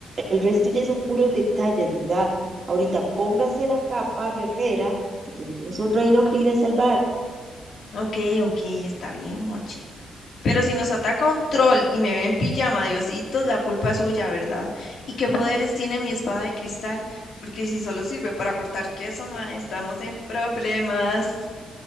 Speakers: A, on the right; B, on the left.
A: El resto ya son puros detalles, ¿verdad? Ahorita póngase la capa, guerrera, que tenemos un reino que ir a salvar.
B: Ok, ok, está bien, Mochi. Pero si nos ataca un troll y me ve en pijama, Diositos, la culpa es suya, ¿verdad? ¿Y qué poderes tiene mi espada de cristal? Porque si solo sirve para cortar queso, mae, estamos en problemas.